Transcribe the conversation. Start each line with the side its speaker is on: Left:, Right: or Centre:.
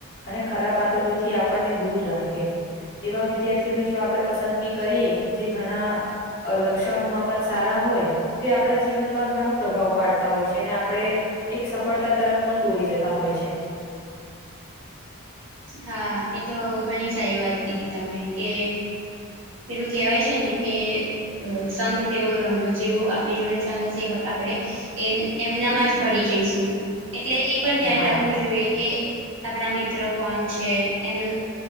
Left: અને ખરા વાતોથી આપણને દૂર રાખે એવા વિદ્યાર્થીઓની જો આપણેે પસંદગી કરીએ જે ઘણા લક્ષણોમાં પણ સારા હોય તો એ આપણા જીવનમાં ઘણો પ્રભાવ પાડતા હોય છે અને આપણે એક સફળતા તરફ પણ દોરી જતા હોય છે.
Right: હા એ તો ઘણી સારી વાત કીધી તમે કે પેલું કેવાય છે ને કે અ સંઘ તેવો રંગ જેવો આપણી જોડે સંઘ હશે એ આપણે એ એમનામાં જ ભળી જઈશું એટલે એ પણ ધ્યાન
Left: હા
Right: રાખવું જોઈએ કે આપણા મિત્ર કોણ છે એમનો